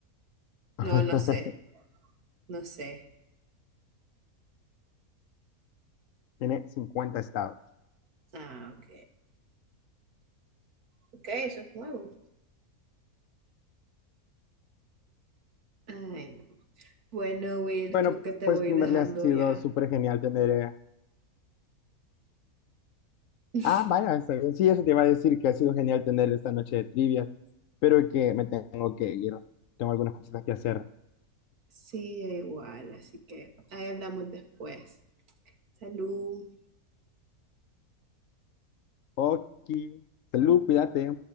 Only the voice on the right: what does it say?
no, no sé, no sé.
Ah, ok. Ok, eso es nuevo. Ay, no. Bueno, Will,
creo que te
voy
a ir dejando
ya.
<laughs>
Sí, yo igual, así que ahí hablamos después. Salud.